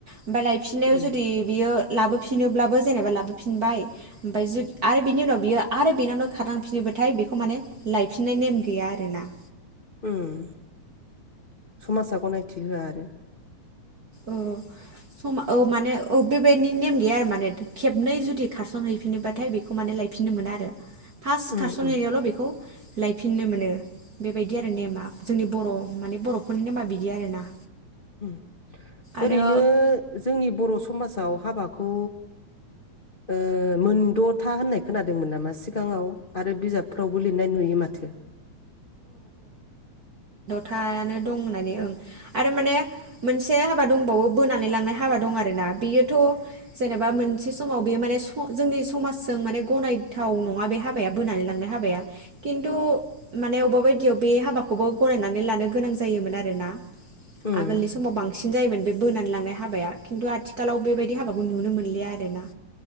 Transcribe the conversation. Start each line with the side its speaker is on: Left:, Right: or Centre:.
Right: ओमफाय लायफिननायाव
Left: उम
Right: जुदि बियो लाबो फिनोब्लाबो जेनेबा लाबोफिनबाय ओमफाय जु आरो बिनि उनाव बियो आरो बेनावनो खारांफिनोबोथाय बेखौ माने लायफिननाय नेम गैया आरोना।
Left: उम समाजा गनायथि होआ आरो
Right: औ सम औ माने औ बेबायदि नेम गैया आरो माने खेबनै जुदि खारसन हैैफिनोबाथाय बेखौ माने लायफिननो मोना आरो फास
Left: उम
Right: खारसन
Left: उम
Right: हैनाय आवल' बेखौ लायफिननो मोनो बेबायदि आरो नेमा जोंनि बर' माने बर'फोरनि नेमा बिदि आरोना
Left: उम
Right: आरो
Left: ओरैनो जोंनि बर' स समाजाव हाबाखौ ओ मोनद'था होननाय खोनादोंमोन नामा सिगाङाव आरो बिजाबफ्रावबो लिरनाय नुयो माथो
Right: थायानो दं होननानै ओं आरो माने मोनसे हाबा दंबावो बोनानै लांनाय हाबा दं आरोना बेयोथ' जेनेबा मोनसे समाव बेयो माने जोंनि समाजजों माने गनायथाव नङा बे हाबाया बोनानै लांनाय हाबाया खिन्थु माने अबेबा बायदियाव बे हाबाखौबो गनायनानै लानो गोनां जायोमोन आरोना।
Left: उम
Right: आगोलनि समाव बांसिन जायोमोन बे बोनानै लांनाय हाबाया खिन्थु आथिखालाव बेबायदि हाबाखौ नुनो मोनलिया आरोना